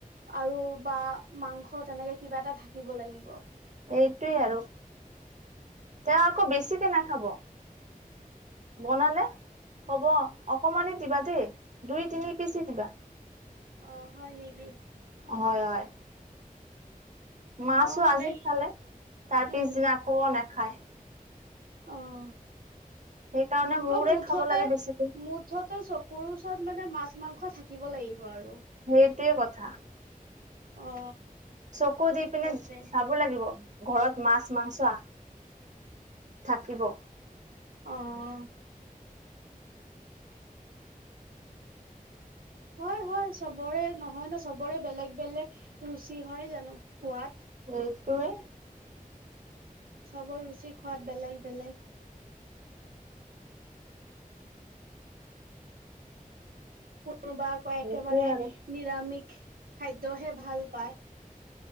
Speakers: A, on the right; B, on the right.
A: আৰু বা মাংস তেনেকে কিবা এটা থাকিব লাগিব।
B: এইটোৱে আৰু। তেওঁ আকৌ বেছিকে নাখাব। বনালে কব অকমানি দিবা দেই দুই, তিনি পিচেই দিবা।
A: অঁ! হয় নেকি?
B: হয়-হয়। মাছো
A: অ মানে
B: আজি খালে, তাৰ পিছদিনা
A: উম
B: আকৌ নেখায়।
A: অঁ!
B: সেইকাৰণে মোৰে
A: অঁ! মুঠতে-মুঠতে
B: খাব লাগে বেছিকে
A: চকুৰ ওচৰত মানে মাছ, মাংস থাকিব লাগিব আৰু।
B: সেইটোৱেই কথা।
A: অ।
B: চকু দি পিনে
A: সেইটোৱে
B: চা ব লাগিব ঘৰত মাছ, মাংস থাকিব।
A: অ' অ '। হয়, হয় চবৰে নহয় ন, চবৰে বেলেগ বেলেগ ৰুচি হয় জানো খোৱাত।
B: সেইটোৱে।
A: চবৰ ৰুচি খোৱাত বেলেগ বেলেগ। কোনোবা আকৌ
B: সেইটোৱে
A: একেবাৰে
B: আৰু
A: নিৰামিষ খাদ্যহে ভাল পায়।